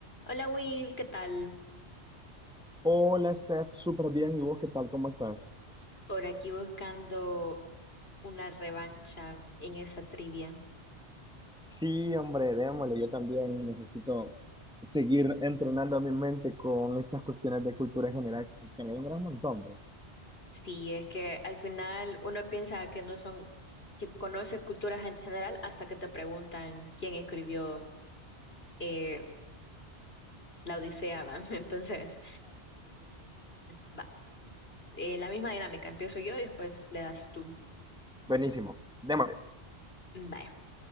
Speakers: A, on the left (about 60°); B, in the centre.
A: Hola Will, ¿qué tal?
B: Hola, Steph, súper bien. ¿Y vos qué tal? ¿Cómo estás?
A: Por aquí buscando una revancha en esa trivia.
B: Sí, hombre, démosle. Yo también necesito seguir entrenando a mi mente con estas cuestiones de cultura general que se- que me alumbran un montón. pues.
A: Sí, es que al final uno piensa que no son, que conoce cultura gen- general hasta que te preguntan quién escribió eh, la Odisea, ¿va? <laughs> Entonces, va. Eh, la misma dinámica, empiezo yo y después le das tú.
B: Buenísimo. Démosle.
A: Vaya.